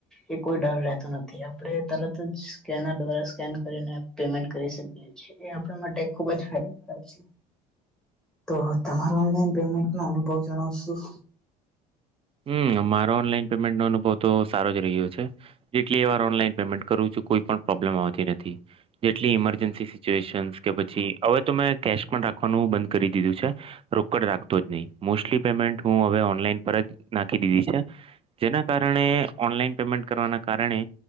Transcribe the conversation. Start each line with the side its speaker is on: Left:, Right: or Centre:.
Centre: એ કોઈ ડર રહેતો નથી આપણે તરત જ કેના દ્વારા સ્કેન કરીને પેમેન્ટ કરી શકી છીએ એ આપણા માટે ખુબ જ ફાયદા છે તો તમારો ઓનલાઈન પેમેન્ટ ન અનુભવ જણાવશું
Right: હમ્મ અમારો ઓનલાઈન પેમેન્ટ નો અનુભવ તો સારો જ રહ્યો છે જેટલી એ વાત ઓનલાઇન પેમેન્ટ કરું છુ કોઈ પણ પ્રોબ્લમ આવતી નથી જેટલી ઇમર્જન્સી સ કે પછી હવે તો મેં કેશ પણ રાખવાનું બંધ કરી દીધું છે રોકડ રાખતો જ નહી મોસ્ટલી પેમેન્ટ હૂ હવે ઓનલાઈન પર જ નાખી દીધી છે જેના કારણે ઓનલાઈન પેમેન્ટ કરવાના કારણે